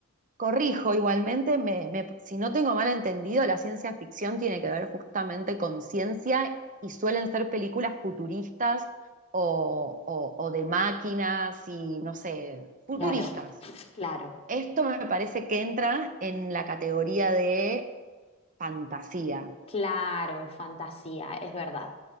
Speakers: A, on the right; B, on the left.
A: corrijo igualmente, me- me- si no tengo mal entendido, la ciencia ficción tiene que ver justamente con ciencia y suelen ser películas futuristas o, o- o de máquinas y no sé, futuristas.
B: Claro, claro,
A: Esto me parece que entra en la categoría de fantasía.
B: claro, en fantasía, es verdad.